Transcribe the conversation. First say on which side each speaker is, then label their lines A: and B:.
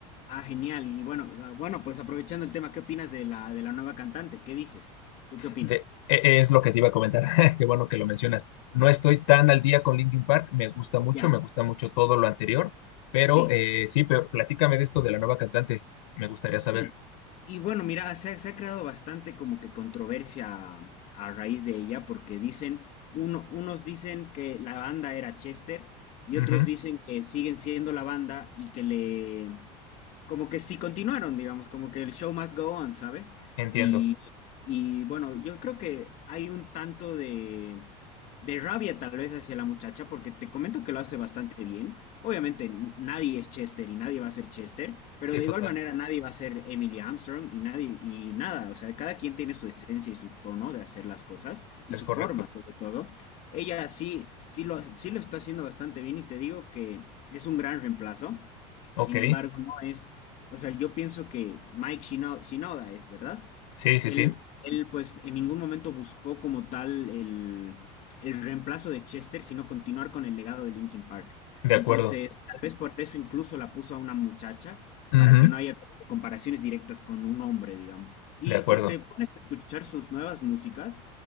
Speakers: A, on the left; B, on the left.
A: Ah, genial. Y bueno, ah, bueno, pues aprovechando el tema, ¿qué opinas de la, de la nueva cantante? ¿Qué dices? ¿Tú qué opinas?
B: De- e- es lo que te iba a comentar, <laughs> qué bueno que lo mencionas. No estoy tan al día con Linkin Park, me gusta mucho,
A: Ya,
B: me gusta mucho todo lo anterior, pero
A: sí.
B: eh, sí, pero platícame de esto de la nueva cantante, me gustaría saber.
A: Y, y bueno, mira, se, ha se ha creado bastante como que controversia a, raíz de ella, porque dicen, uno- unos dicen que la banda era Chester y
B: Ujú,
A: otros dicen que siguen siendo la banda y que le, como que sí continuaron, digamos, como que el show must go on, ¿sabes?
B: entiendo,
A: Y, y bueno, yo creo que hay un tanto de, de rabia tal vez hacia la muchacha, porque te comento que lo hace bastante bien. Obviamente n- nadie es Chester y nadie va a ser Chester, pero
B: sí,
A: de
B: total,
A: igual manera nadie va a ser Emily Armstrong y nadie, y nada, o sea, cada quien tiene su esencia y su tono de hacer las cosas y
B: es
A: su
B: correcto.
A: forma sobre todo. Ella sí, sí lo, sí lo está haciendo bastante bien y te digo que es un gran reemplazo.
B: Ok,
A: Sin embargo, no es o sea, yo pienso que Mike Shino- Shinoda es, ¿verdad?
B: sí, sí,
A: Él,
B: sí,
A: él, pues, en ningún momento buscó como tal el, el reemplazo de Chester, sino continuar con el legado de Linkin Park.
B: de
A: Entonces,
B: acuerdo.
A: tal vez por eso incluso la puso a una muchacha,
B: Ujú,
A: para que no haya como que comparaciones directas con un hombre, digamos. Y
B: de acuerdo,
A: si te pones a escuchar sus nuevas músicas,